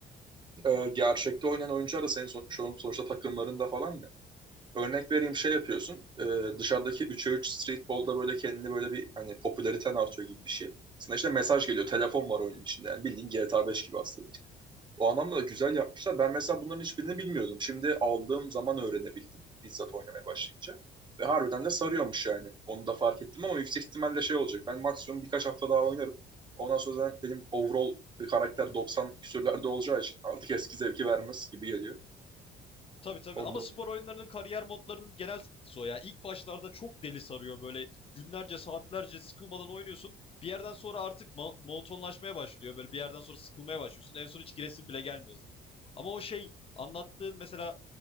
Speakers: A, on the right; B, on the left.
A: e, gerçekte oynayan oyuncular da senin son- şu- sonuçta takımlarında falan ya. Örnek vereyim şey yapıyorsun e, dışarıdaki 3'e 3 streetball'da böyle kendini böyle bir hani popülariten artıyor gibi bir şey. Sana işte mesaj geliyor telefon var oyunun içinde yani bildiğin GTA 5 gibi aslında o anlamda da güzel yapmışlar. Ben mesela bunların hiçbirini bilmiyordum. Şimdi aldığım zaman öğrenebildim bizzat oynamaya başlayınca. Ve harbiden de sarıyormuş yani. Onu da fark ettim ama yüksek ihtimalle şey olacak. Ben maksimum birkaç hafta daha oynarım. Ondan sonra benim overall bir karakter 90 küsürlerde olacağı için artık eski zevki vermez gibi geliyor.
B: Tabii tabii
A: Ondan
B: ama spor oyunlarının kariyer modlarının genel sıkıntısı o ya. İlk başlarda çok deli sarıyor böyle günlerce saatlerce sıkılmadan oynuyorsun. Bir yerden sonra artık ma- monotonlaşmaya başlıyor. Böyle bir yerden sonra sıkılmaya başlıyorsun. En son hiç giresin bile gelmiyor zaten. Ama o şey anlattığın mesela